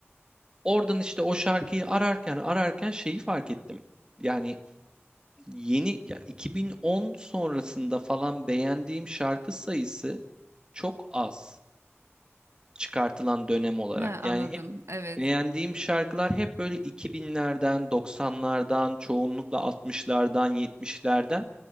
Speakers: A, on the right; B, on the right.
A: Oradan işte o şarkıyı ararken ararken şeyi fark ettim. Yani yeni ya 2010 sonrasında falan beğendiğim şarkı sayısı çok az çıkartılan dönem olarak.
B: He, anladım.
A: Yani hep
B: Evet.
A: beğendiğim şarkılar hep böyle 2000'lerden, 90'lardan, çoğunlukla 60'lardan, 70'lerden.